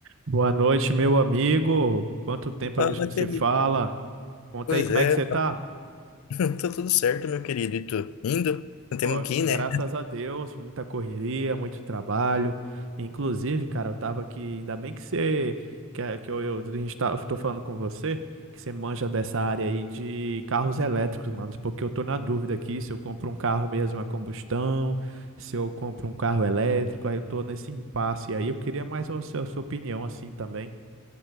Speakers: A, on the right (about 60°); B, on the left (about 70°).
A: Boa noite, meu amigo. Quanto tempo
B: Fala,
A: a gente não se
B: querido.
A: fala? Conta
B: Pois
A: aí como
B: é,
A: é que você tá?
B: fala. tá tudo certo, meu querido. E tu? Indo? Temos
A: Pô, gra-
B: que ir,
A: graças
B: né?
A: a Deus, muita correria, muito trabalho. Inclusive, cara, eu tava aqui, ainda bem que você, que, a- que eu, eu, a gente tá, eu tô falando com você, que você manja dessa área aí de carros elétricos, mano, porque eu tô na dúvida aqui se eu compro um carro mesmo a combustão, se eu compro um carro elétrico, aí eu tô nesse impasse aí. Eu queria mais a sua, a sua opinião assim também.